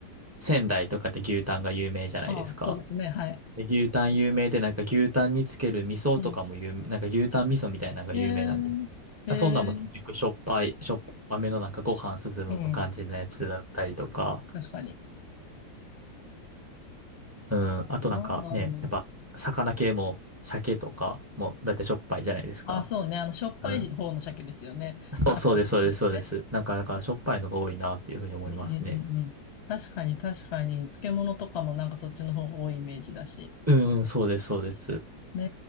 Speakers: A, on the right; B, on the left.
A: 仙台とかって牛タンが有名じゃないですか。
B: ああ、そうですね。はい。
A: で牛タン有名で、なんか牛タンにつける味噌とかも有名、
B: うん。
A: なんか牛タン味噌みたいなのが有名なんですけど。
B: ええー、えー、
A: そんなんも結局しょっぱい、しょっぱめのなんかご飯進む感じのやつだったりとか、
B: うん。確かに。
A: うん、
B: ああ、
A: あとなんかね、
B: なんだろう。
A: やっぱ魚系も鮭とかもだってしょっぱいじゃないですか。
B: ああ、そうね。あの、しょっぱい方の鮭ですよね。
A: うん。そう、
B: 生の。
A: そうです、そうです、そうです。
B: ね
A: なんかだからしょっぱいのが多いなっていうふうに思いますね。
B: うんうんうんうん。確かに確かに、漬物とかもなんかそっちの方が多いイメージだし。
A: うん、そうです、そうです。
B: ね